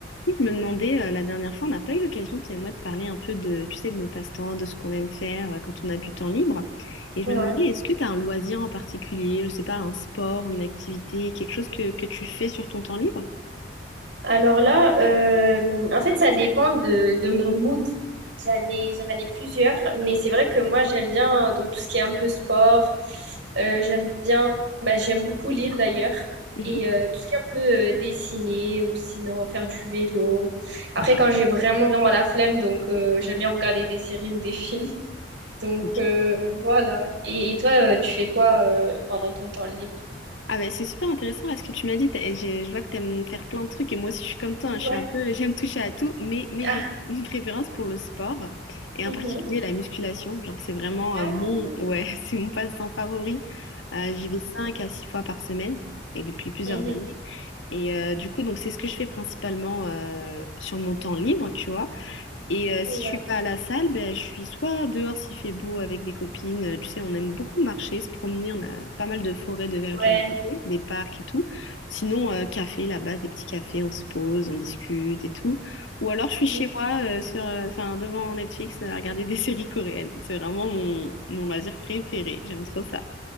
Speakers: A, on the left; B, on the right.
A: Je me demandais, euh, la dernière fois, on n'a pas eu l'occasion, toi et moi, de parler un peu de, tu sais, de nos passe-temps, de ce qu'on aime faire euh, quand on a du temps libre. Et je
B: Ouais.
A: me demandais, est-ce que tu as un loisir en particulier, je sais pas, un sport ou une activité, quelque chose que, que tu fais sur ton temps libre?
B: Alors là, euh, en fait, ça dépend de, de mon mood. J'en ai, j'en ai plusieurs, mais c'est vrai que moi, j'aime bien euh, donc tout ce qui est un peu sport. Euh, j'aime bien, bah, j'aime beaucoup lire d'ailleurs.
A: Mhm.
B: Et euh, tout ce qui est un peu euh, dessiner ou sinon faire du vélo. Après, quand j'ai vraiment, vraiment la flemme, donc euh, j'aime bien regarder des séries ou des <laughs> films. Donc
A: Ok.
B: euh, voilà. Et, et toi, euh, tu fais quoi euh, pendant ton temps libre?
A: Ah ben c'est super intéressant là ce que tu m'as dit. T'as- j'ai- Je vois que tu aimes faire plein de trucs et moi aussi je suis comme toi,
B: Ouais.
A: hein, je suis un peu, <laughs> j'aime toucher à tout, mais, mais
B: Ah,
A: j'ai une préférence pour le sport et
B: mhm.
A: en particulier la musculation. Genre c'est vraiment
B: Ah
A: euh, mon
B: oui.
A: ouais, <laughs> c'est mon passe-temps favori. Euh, j'y vais 5 à 6 fois par semaine et depuis plusieurs
B: Oui.
A: années. Et euh, du coup donc c'est ce que je fais principalement euh, sur mon temps libre, tu vois. Et euh,
B: Ouais.
A: si je suis pas à la salle, ben, je suis soit dehors s'il fait beau avec des copines. Euh, Tu sais, on aime beaucoup marcher, se promener. On a pas mal de forêts, de verdure
B: Ouais.
A: à côté, des parcs et tout. Sinon, euh, café là-bas, des petits cafés, on se pose, on discute et tout. Ou alors, je suis
B: Oui,
A: chez moi euh, sur, euh, enfin, devant Netflix euh, à regarder des <laughs> séries coréennes. C'est vraiment mon, mon loisir préféré. J'aime trop ça.